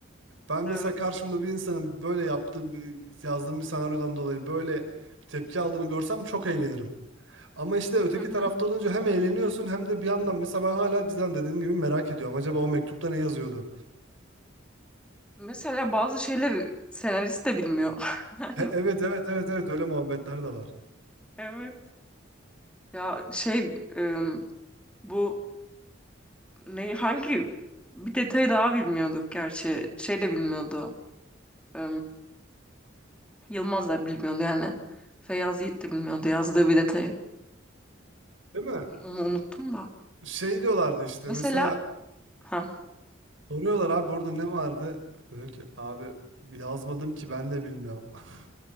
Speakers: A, on the right (about 80°); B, in the centre.
A: Ben mesela
B: Evet.
A: karşımda bir insanın böyle yaptığım yazdığım bir senaryodan dolayı böyle bir tepki aldığını görsem çok eğlenirim. Ama işte öteki
B: Hı hı.
A: tarafta olunca hem eğleniyorsun hem de bir yandan mesela ben hala cidden dediğim gibi merak ediyorum. Acaba o mektupta ne yazıyordu?
B: Mesela bazı şeyleri senarist de bilmiyor. <laughs> Yani,
A: E- evet evet evet evet öyle muhabbetler de var.
B: evet. Ya şey e, bu ne hangi bir detayı daha bilmiyorduk gerçi. Şey de bilmiyordu. E, Yılmaz da bilmiyordu yani. Feyyaz Yiğit de bilmiyordu yazdığı bir detayı.
A: Değil mi?
B: Onu unuttum da.
A: şey diyorlardı işte
B: Mesela
A: mesela
B: ha
A: soruyorlar abi orada ne vardı? Diyor ki abi yazmadım ki ben de bilmiyorum. <laughs>